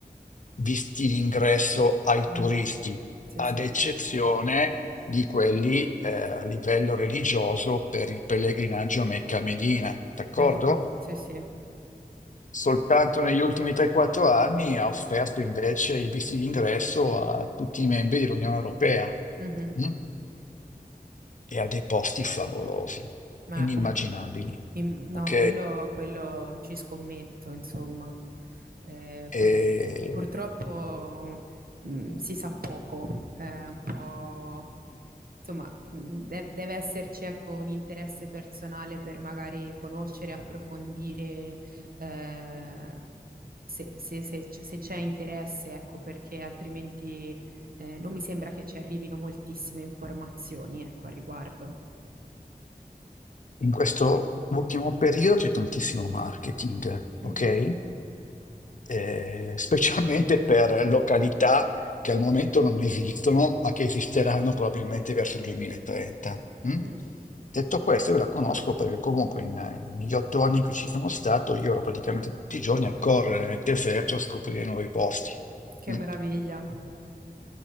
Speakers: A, on the left; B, on the right.
A: visti d'ingresso ai
B: Mhm.
A: turisti,
B: Sì,
A: ad
B: sì,
A: eccezione di quelli eh, a livello religioso per il pellegrinaggio a Mecca e Medina, d'accordo?
B: certo, sì, sì.
A: Soltanto negli ultimi 3-4 anni ha offerto invece i visti d'ingresso a tutti i membri dell'Unione Europea
B: Mhm.
A: mm? e a dei posti favolosi,
B: Ma
A: inimmaginabili,
B: ecco. Im- No,
A: ok?
B: quello, quello ci scommetto, insomma. Eh,
A: E,
B: pur- purtroppo mh, si sa poco, è un po'... Insomma, mh, de- deve esserci ecco, un interesse personale per magari conoscere, approfondire, eh, se, se- se c- se c'è interesse, ecco, perché altrimenti eh, non mi sembra che ci arrivino moltissime informazioni, ecco, al riguardo.
A: in questo ultimo periodo c'è tantissimo marketing,
B: Mhm.
A: ok? Eh, specialmente per località che al momento non esistono, ma che esisteranno probabilmente verso il 2030. mm?
B: Mm.
A: Detto questo, io la conosco perché comunque in- negli otto anni in cui ci sono stato, io ero praticamente tutti i giorni a correre nel deserto a scoprire nuovi posti.
B: Che
A: mm?
B: meraviglia.